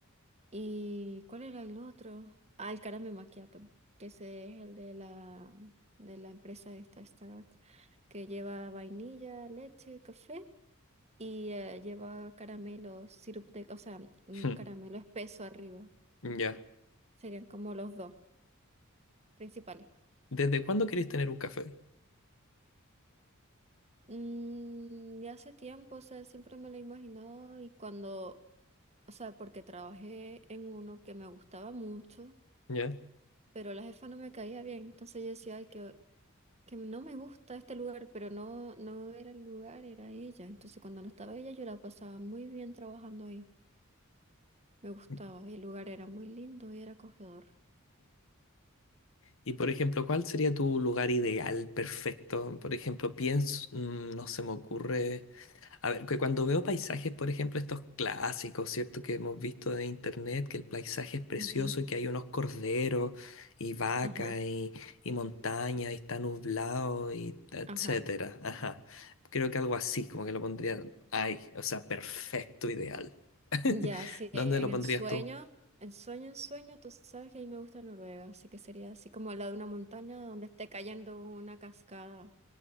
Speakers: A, on the right; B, on the left.
A: ¿Y cuál era el otro? Ah, el Caramel Macchiato, que ese es el de la, de la empresa esta, Starbucks, que lleva vainilla, leche, café y eh, lleva caramelo, sirup de, o sea, un
B: <laughs>
A: caramelo espeso arriba.
B: Ya.
A: Serían como los dos principales.
B: ¿Desde cuándo querés tener un café?
A: Mm, ya hace tiempo, o sea, siempre me lo he imaginado y cuando, o sea, porque trabajé en uno que me gustaba mucho,
B: ¿Ya?
A: pero la jefa no me caía bien, entonces yo decía, ay, que, que no me gusta este lugar, pero no, no era el lugar, era ella. Entonces cuando no estaba ella, yo la pasaba muy bien trabajando ahí, me gustaba
B: <laughs>
A: y el lugar era muy lindo y era acogedor.
B: Y por ejemplo, ¿cuál sería tu lugar ideal, perfecto? Por ejemplo, pienso, mm, no se me ocurre. A ver, que cuando veo paisajes, por ejemplo, estos clásicos, ¿cierto? Que hemos visto de internet, que el paisaje es precioso
A: Ujú,
B: y que hay unos corderos y vacas
A: Ajá,
B: y, y montaña y está nublado y etcétera.
A: ajá.
B: Ajá. Creo que algo así, como que lo pondría. Ay, o sea, perfecto, ideal. <laughs>
A: Ya, sí,
B: ¿Dónde
A: en
B: lo
A: el
B: pondrías
A: sueño,
B: tú?
A: en sueño, en sueño, tú sabes que a mí me gusta Noruega, así que sería así como al lado de una montaña donde esté cayendo una cascada,